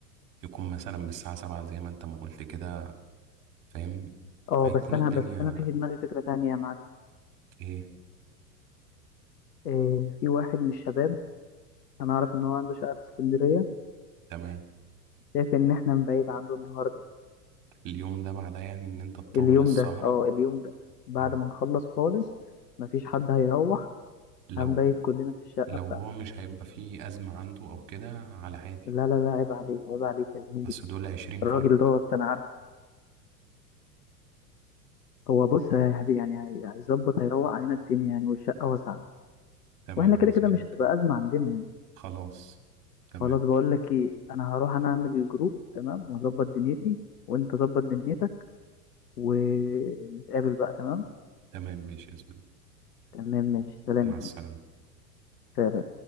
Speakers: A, on the right (about 40°); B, on the left (about 75°).
A: يكون مثلا من الساعة سبعة زي ما أنت ما قلت كده فاهم
B: اه
A: هيكون
B: بس انا
A: الدنيا
B: بس انا في في دماغي فكره تانية يا معلم
A: ايه
B: إيه، في واحد من الشباب انا اعرف ان هو عنده شقه في اسكندريه
A: تمام
B: شايف ان احنا نبعد عنده النهارده
A: اليوم ده بعدها يعني ان انت تطول
B: اليوم
A: السهرة
B: ده اه اليوم ده بعد
A: اه
B: ما نخلص خالص مفيش حد هيروح
A: لو
B: هنبيت
A: هو
B: كلنا في الشقه
A: لو
B: بتاعته
A: هو مش هيبقى فيه أزمة عنده او كده على عادي
B: لا لا لا عيب عليك عيب عليك يا زميلي
A: بس دول عشرين
B: الراجل
A: فرد
B: دوت انا عارف هو بص يا حبيبي يعني هي- هيظبط هيروق علينا الدنيا يعني والشقة واسعة
A: تمام
B: واحنا كده
A: يا زميلي
B: كده مش هتبقى أزمة عندنا يعني
A: خلاص تمام
B: خلاص بقول لك ايه انا هروح انا اعمل الجروب تمام واظبط دنيتي وانت ظبط دنيتك ونتقابل بقى تمام
A: تمام ماشي يا زميلي
B: تمام ماشي سلام
A: مع
B: يا
A: السلامة
B: زميلي. سلام